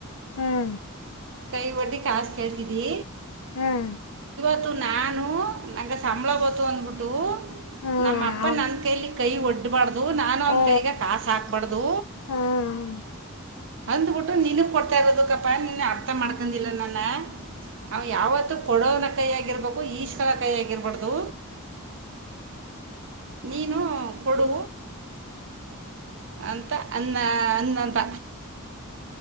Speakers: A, on the left; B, on the right.
A: ಹ್ಮ್
B: ಕೈ ಒಡ್ಲಿ ಕಾಸ ಕೇಳ್ತಿದಿ
A: ಹ್ಮ್
B: ತ್ತು ನಾನು ನಂಗ ಸಂಬಳ ಬತು ಅಂದ್ಬಿಟ್ಟು
A: ಹ್ಮ್
B: ನಮ್ಮ ಅಪ್ಪ
A: ಅವನ್
B: ನನ್ನ ಕೈಲಿ ಕೈ ಒಡ್ಡಿ ಬಾಡದು ನಾನು ಒಂದ
A: ಓ
B: ಕೈಗ ಕಾಸ ಹಾಕ್ಬಾರ್ದು
A: ಹ್ಮ್
B: ಅಂದ್ಬಿಟ್ಟು ನಿನಗೆ ಕೊಡ್ತಾಯಿರೋದಕ್ಕಪ್ಪಾ ನೀನ್ನ ಅರ್ಥ ಮಾಡ್ಕೊಂಡಿಲ್ಲ ನನ್ನ ಅವ ಯಾವತ್ತುೂ ಕೊಡವನ ಕೈ ಆಗಿರ್ಬೇಕು ಈಸ್ಕೊಳೋ ಕೈ ಆಗಿರಬಾರ್ದು ನೀನು ಕೊಡು ಅಂತ ಅನ್ನ ಅನ್ನಂದ